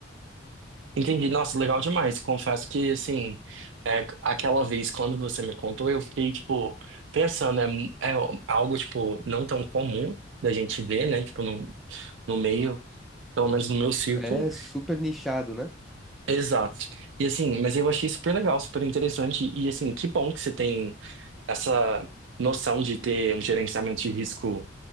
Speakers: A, on the right; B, in the centre.
A: Entendi. Nossa, legal demais. Confesso que, assim, é, aquela vez quando você me contou, eu fiquei, tipo, pensando, é, mu- é algo, tipo, não tão comum da gente ver, né? Tipo, no, no meio, pelo menos no meu círculo.
B: É super nichado, né?
A: Exato. E assim, mas eu achei super legal, super interessante. E assim, que bom que você tem essa noção de ter um gerenciamento de risco